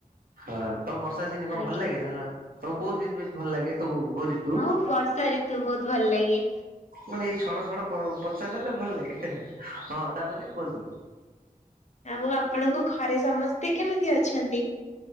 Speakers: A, on the right; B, on the left.
A: ହଁ ତମ ବର୍ଷା ସିନି
B: ଆଜ୍ଞା
A: କଣ ଭଲ ଲାଗେ ନା ତମେ କୋଉ ସେି ବେଶୀ ଭଲ ଲାଗେ ତ କୋଉ ରିତୁ
B: ହଁ ବର୍ଷା ଋ ତୁ ବହୁତ୍ ଭଲ ଲାଗେ।
A: ମାନେ ଏଇ ଛଡ଼ ଛଡ଼ ପଚାରାରେ ଭଲ ଲାଗେ ହଁ ତାପରେ କୁହନ୍ତୁ।
B: ଆଉ ଆପଣଙ୍କ ଘରେ ସମସ୍ତେ କେମିତି ଅଛନ୍ତି?